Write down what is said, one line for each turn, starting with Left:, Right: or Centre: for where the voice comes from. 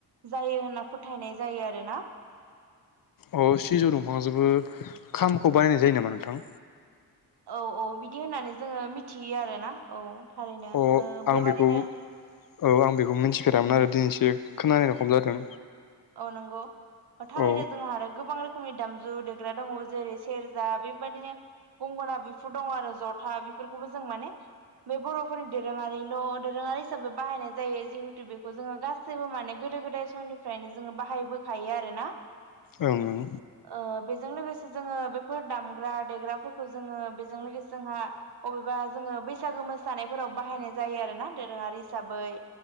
Right: जायो होनना फोथायनाय जायो आरो ना।
Left: अ सिजौ दंफां जोंबो खामखौ बानायनाय जायो नामा नोंथां?
Right: औ औ बिदि होननानै जोङो मिथियो आरो ना औ थारैनो। ओ
Left: अ आं
Right: बेबादिनो
Left: बेखौ औ आं बेखौ मिथिफेरामोन आरो दिनैसो खोनानाय रखम जादों।
Right: औ नांगौ। थारैनो
Left: औ
Right: जोंहा आरो गोबां रोखोमनि दामजु देग्रा दङो जेरै सेरजा बेबादिनो गंगोना बेफोर दङ आरो जथा बेफोरखौबो जों माने बे बर'फोरनि दोरोङारिल' दोरोङारि हिसाबै बाहायनाय जायो जिहेतु जोङो गा सैबो माने गोदो गोदाय समनि फ्रायनो जोङो बाहायबोखायो आरोना
Left: ओं ओं
Right: ओ बेजों लोगोसे जोङो बेफोर दामग्रा देग्राफोरखौ जोंङो बिजों लोगोसे जोंहा अबेबा जोङो बैसागो मोसानायफोराव बाहायनाय जायो आरो ना दोरोङारि हिसाबै